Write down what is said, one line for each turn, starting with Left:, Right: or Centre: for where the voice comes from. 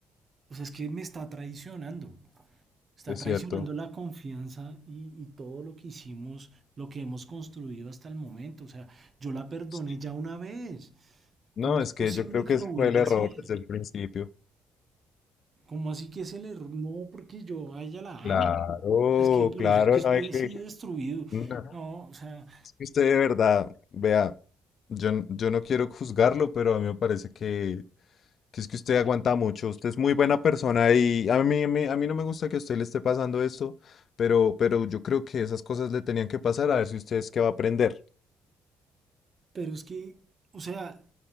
Right: o sea, es que me está traicionando, está
Left: es
Right: traicionando
Left: cierto.
Right: la confianza y, y todo lo que hicimos, lo que hemos construido hasta el momento, o sea, yo la perdoné
Left: Sí.
Right: ya una vez.
Left: No,
Right: ¿Cómo es
Left: es
Right: posible
Left: que yo creo
Right: que
Left: que ese
Right: lo vuelva
Left: fue el error
Right: a hacer?
Left: desde el principio.
Right: ¿Cómo así que es el error? No, porque yo a ella la
Left: Claro,
Right: amo. Es que por
Left: claro,
Right: eso es que
Left: no
Right: estoy
Left: hay
Right: así
Left: que...
Right: de destruido.
Left: no,
Right: No, o sea,
Left: es que usted de verdad, vea, yo, n- yo no quiero juzgarlo, pero a mí me parece que... Que es que usted aguanta mucho, usted es muy buena persona y a mí, a mí, a mí no me gusta que a usted le esté pasando esto, pero, pero yo creo que esas cosas le tenían que pasar a ver si usted es que va a aprender.
Right: pero es que, o sea,